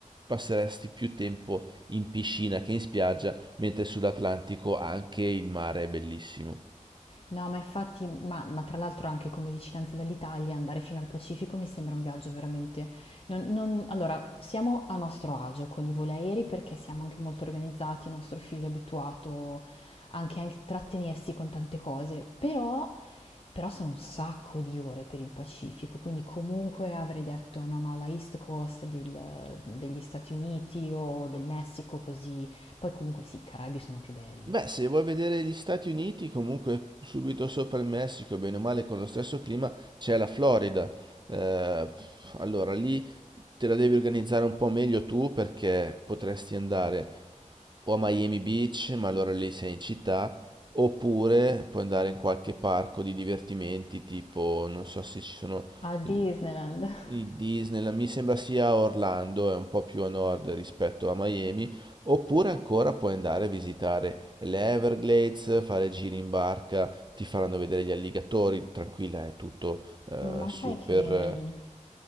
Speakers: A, on the right; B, on the left.
A: passeresti più tempo in piscina che in spiaggia, mentre sull'Atlantico anche il mare è bellissimo.
B: No, ma infatti, ma, ma tra l'altro anche come vicinanza dall'Italia, andare fino al Pacifico mi sembra un viaggio veramente... non- non- allora, siamo a nostro agio con i voli aerei perché siamo anche molto organizzati, il nostro figlio è abituato anche a intrattenersi con tante cose, però, però sono un sacco di ore per il Pacifico, quindi comunque avrei detto no, no, la East Coast del- degli Stati Uniti o del Messico, così... Poi comunque sì, i Caraibi sono più belli.
A: Beh, se vuoi vedere gli Stati Uniti, comunque subito sopra il Messico, bene o male con lo stesso clima, c'è la Florida. Eh, allora lì te la devi organizzare un po' meglio tu perché potresti andare o a Miami Beach, ma allora lì sei in città, oppure puoi andare in qualche parco di divertimenti, tipo, non so se ci sono
B: A Disneyland.
A: i
B: <laughs>
A: i Disneyland, mi sembra sia a Orlando, è un po' più a nord rispetto a Miami Oppure ancora puoi andare a visitare le Everglades, fare giri in barca, ti faranno vedere gli alligatori, tranquilla, è tutto eh,
B: Ma
A: super.
B: sai che
A: eh.
B: mh,